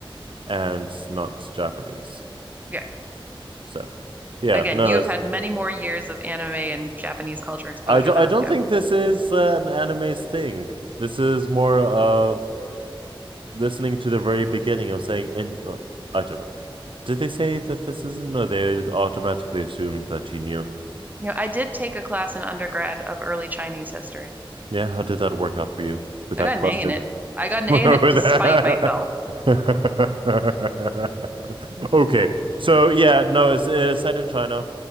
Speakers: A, on the right; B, on the right.
A: and not Japanese.
B: yeah.
A: So, yeah,
B: Again,
A: no,
B: you have had many more years of anime and Japanese culture exposure
A: I don't.
B: than
A: I don't
B: I have.
A: think this is an anime's thing. This is more of listening to the very beginning of saying, and uh, I don't know. Did they say that this isn't? No, they automatically assumed that he knew.
B: You know, I did take a class in undergrad of early Chinese history.
A: Yeah, how did that work out for you with that
B: I got
A: question?
B: an A in it. I
A: <laughs>
B: got an
A: with
B: A in it despite
A: that.
B: myself.
A: <laughs> okay, so yeah, no, it's, it's set in China.